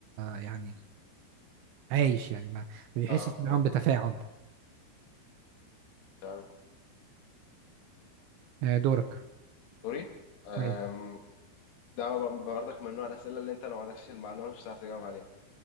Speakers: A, on the right; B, on the left.
A: يعني عايش يعني ما ما بيحسش
B: اه
A: معاهم
B: اه
A: بتفاعل
B: تمام
A: آه، دورك
B: سوري آم،
A: أيوة.
B: ده ب- برضك من نوع الأسئلة اللي أنت لو ما عندكش المعلومة مش هتعرف تجاوب عليها